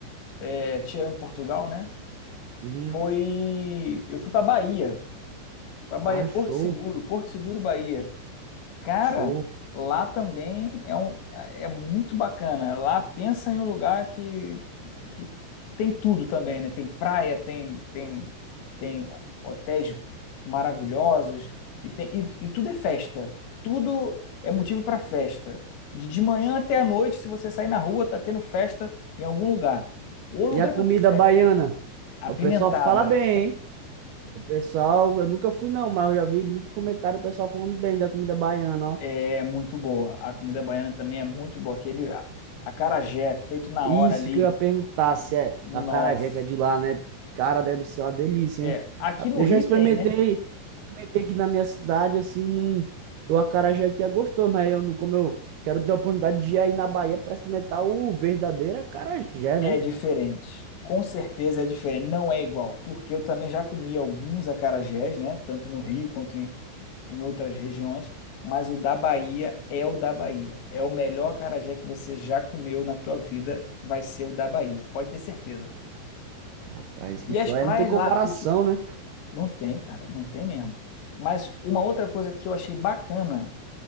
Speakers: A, on the left; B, on the right.
A: é, tirando Portugal, né?
B: Uhum.
A: Foi, eu fui para Bahia, para Bahia,
B: Ah,
A: Porto
B: show,
A: Seguro, Porto Seguro, Bahia. Cara,
B: show.
A: lá também é, um, é muito bacana. Lá pensa em um lugar que, que tem tudo também, né? Tem praia, tem, tem, tem hotéis maravilhosos e, tem, e, e tudo é festa. Tudo é motivo para festa. De, de manhã até à noite, se você sair na rua, tá tendo festa em algum lugar. O lugar
B: E a comida
A: para ter festa.
B: baiana?
A: A
B: O
A: pimentada
B: pessoal fala bem, hein? O pessoal, eu nunca fui não, mas eu já vi muito comentário do pessoal falando bem da comida baiana, ó.
A: é muito boa. A comida baiana também é muito boa. Aquele a- acarajé feito na
B: Isso
A: hora ali
B: que eu ia perguntar, se é
A: Nossa.
B: a acarajé que é de lá, né? Cara, deve ser uma delícia,
A: É,
B: hein?
A: aqui no
B: Eu
A: Rio
B: já experimentei,
A: tem, né?
B: experimentei aqui na minha cidade, assim, num, o acarajé aqui é gostoso, mas eu, não- como eu quero ter a oportunidade de ir aí na Bahia para experimentar o verdadeiro acarajé, né?
A: É diferente. Com certeza é diferente, não é igual, porque eu também já comi alguns acarajés, né? Tanto no Rio quanto em, em outras regiões, mas o da Bahia é o da Bahia. É o melhor acarajé que você já comeu na tua vida, vai ser o da Bahia, pode ter certeza.
B: Rapaz,
A: E
B: que show,
A: as praias
B: é, não tem comparação,
A: lá, o que
B: né?
A: não tem, cara, não tem mesmo. Mas uma outra coisa que eu achei bacana